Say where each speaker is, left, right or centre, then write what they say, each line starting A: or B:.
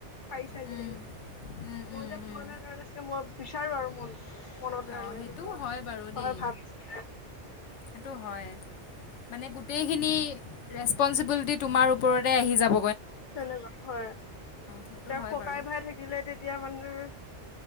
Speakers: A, on the left; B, on the left.
A: পাৰিছা
B: উম,
A: যিহেতু
B: উম,
A: মই
B: উম,
A: এতিয়া পুৰণা
B: উম,
A: কাৰণে চাগে মই। বিচাৰো আৰু মন মনতে আৰু
B: অ', সেইটো
A: এনেকুৱা
B: হয় বাৰু দেই,
A: হয় ভাপ
B: সেইটো হয় মানে গোটেইখিনি ৰেচপঞ্চিবিলিটি তোমাৰ ওপৰতে আহি যাব।
A: তেনেকুৱা হয়
B: সেইটো
A: এতিয়া
B: হয়
A: ককাই
B: বাৰু,
A: ভাই থাকিলে তেতিয়া মানেহ।